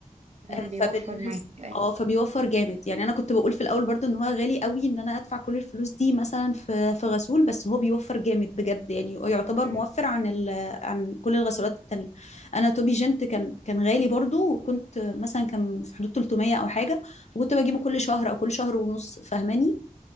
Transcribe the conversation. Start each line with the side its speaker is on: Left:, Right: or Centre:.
Right: مم، بيوفر
Left: فبالنسبة
Right: معاكي ايوه
Left: اه فبيوفر جامد يعني انا كنت بقول في الاول برضو ان هو غالي قوي ان انا ادفع كل الفلوس دي مثلا في في غسول بس هو بيوفر جامد بجد يعني يعتبر
Right: مم.
Left: موفر عن ال... عن كل الغسولات التانية انا توبي جنت كان كان غالي برضو وكنت مثلا كان في حدود 300 او حاجة وكنت بجيبه كل شهر او كل شهر ونص فاهماني